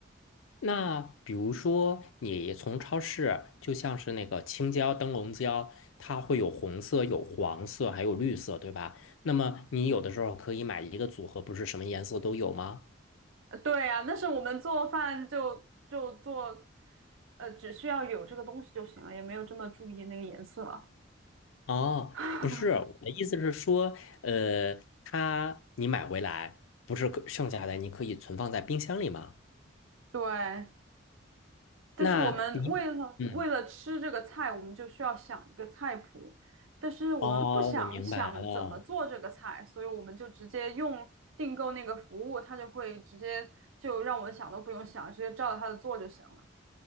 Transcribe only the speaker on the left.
那比如说，你从超市，就像是那个青椒、灯笼椒，它会有红色、有黄色，还有绿色，对吧？那么你有的时候可以买一个组合，不是什么颜色都有吗？
哦，
不是，我的意思是说，呃，它你买回来不是可剩下的，你可以存放在冰箱里吗？
那你，嗯，
哦，我明白了。